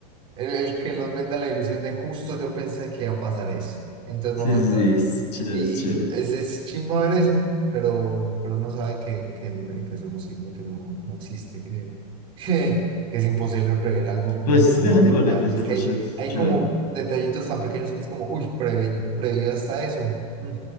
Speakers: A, on the right (about 25°); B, on the left (about 75°).
A: El, el que nos venda la ilusión de justo yo pensé que iba a pasar eso. Entonces
B: Sí,
A: vamos a
B: sí,
A: estar así.
B: sí, es chévere,
A: Y,
B: es chévere.
A: y es, es chimba ver eso, pero, pero uno sabe que, que, que eso no sirve, que no, no existe, que, <laughs> que, es imposible prever algo como
B: Pero es
A: tanto
B: interesante
A: detalle.
B: igual verlo, es verlo,
A: Es que
B: es
A: hay,
B: chévere, es
A: hay
B: chévere
A: como
B: verlo.
A: detallitos tan pequeños que es como, uy, preve, previó hasta eso. Mm,